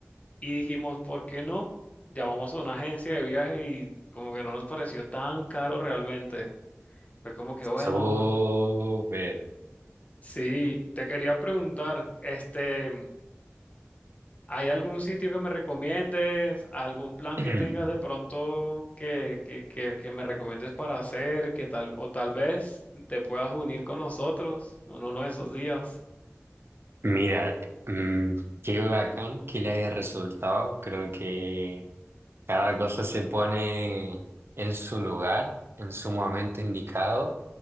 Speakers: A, on the left; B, on the right.
A: Y dijimos, ¿por qué no? Llamamos a una agencia de viaje y como que no nos pareció tan caro realmente. Fue como que, bueno,
B: Sobre.
A: vamos. Sí, te quería preguntar, este, ¿hay algún sitio que me recomiendes? ¿Algún plan
B: <clears throat>
A: que tengas de pronto que, que, que, que me recomiendes para hacer? Que tal, o tal vez te puedas unir con nosotros en uno de esos días.
B: Mira, mm, qué bacán que le haya resultado. Creo que cada cosa se pone en su lugar, en su momento indicado.